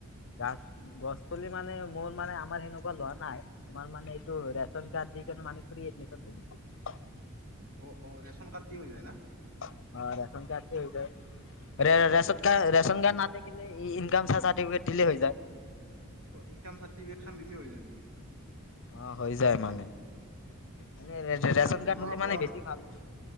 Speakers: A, on the left (about 60°); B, on the right (about 75°).
A: গছ গছ পুলি মানে মোৰ মানে আমাৰ সেনেকুৱা লোৱা নাই আমাৰ মানে এইটো ৰেচন কাৰ্ড দি কেনে মানে ফ্ৰী এডমিশন হৈ গছে
B: অ', অ', ৰেচন কাৰ্ড দি হৈ যায় না
A: অ', ৰাচন কাৰ্ড যায় ৰা
B: অ অ
A: কাৰ ৰাচন কাৰ্ড ন ইনকাম চাৰটিফিকেট দিলে হৈ যায়।
B: অ', ইনকাম চাৰটিফিকেট খানিলে হৈ যায় নেকি
A: অ', হৈ যায় মানে
B: অ
A: মানে
B: এ সেইখান
A: ৰেচন
B: বনোৱা
A: কাৰ্ড হলে
B: বৰ
A: মানে বেছি ভাল হয়